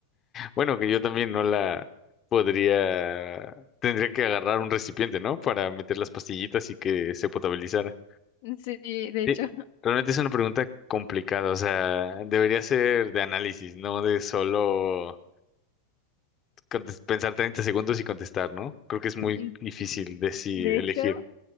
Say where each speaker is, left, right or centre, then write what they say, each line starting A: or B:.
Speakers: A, on the left (about 35°); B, on the left (about 60°).
A: Bueno, que yo también no la podría, tendría que agarrar un recipiente, ¿no? Para meter las pastillitas y que se potabilizara.
B: Sí, de
A: Sí,
B: hecho,
A: realmente es una pregunta complicada, o sea, debería ser de análisis, no de solo contes- pensar 30 segundos y contestar, ¿no? Creo que es muy
B: <laughs>
A: difícil decir,
B: de hecho,
A: elegir.